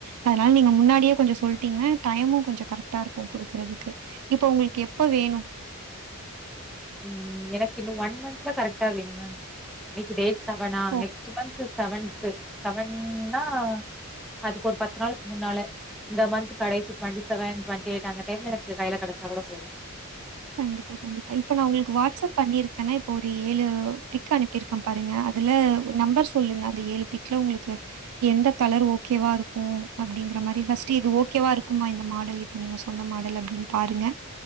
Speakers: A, on the right; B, in the centre.
A: அதனால நீங்க முன்னாடியே கொஞ்சோ சொல்ட்டீங்கனா டைமு கொஞ்சோ கரெக்டா இருக்கு குடுக்கறதுக்கு இப்ப உங்குளுக்கு எப்ப வேணு
B: ம் எனக்கு இன்னு ஒன் மந்த்ல கரெக்டா வேணு மேம் இன்னிக்கு டேட் சவனா
A: ஓ!
B: நெக்ஸ்ட்டு மந்த்து சவன்து சவன்னா அதுக்கு ஒரு பத்து நாளுக் முன்னால இந்த மந்த் கடைச்சி டுவெண்டி செவன் டுவெி எய்க் அந்த டைம்ல எனக்கு கைல கடைச்சா கூட போது
A: கண்டிப்பா கண்டிப்பா இப்ப நா உங்குளுக்கு வாட்ஸ்அப் பண்ணிருக்கன்னா இப்ப ஒரு ஏழு பிக் அனுப்பிருக் க்க பாருங்க அதுல ஒரு நம்பர் சொல்லுங்க அந்த ஏழு பிக்ல உங்குளுக்கு எந்த தலர் ஓகேவா இருக்கு அப்டிங்கற மாரி ஃபஸ்ட்டு இது ஓகேவா இருக்குமா இந்த மாடல் இப் இப்ப நீங்க சொன்ன மாடல் அப்டின் பாருங்க